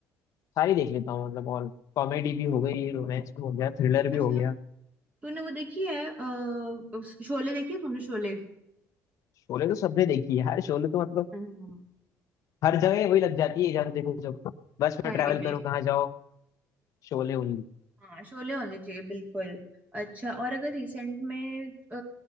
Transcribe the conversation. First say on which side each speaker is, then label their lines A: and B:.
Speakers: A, on the left (about 55°); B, on the right (about 20°).
A: सारी देख लेता हूँ मतलब और कॉमेडी भी हो गई रोमांस भी हो गया थ्रिलर भी
B: अच्छा
A: हो गया
B: तूने वो देखी है अ, शोले देखी है तूने शोले
A: शोले तो सबने देखी है यार शोले तो मतलब
B: हम्म,
A: हर जगह वही लग जाती है जहाँ देखो जब बस
B: सही
A: में ट्रैवल
B: में
A: करो कहाँ जाओ शोले ओनली
B: हाँ शोले होने चाहिए बिल्कुल अच्छा और अगर रिसेंट में अ,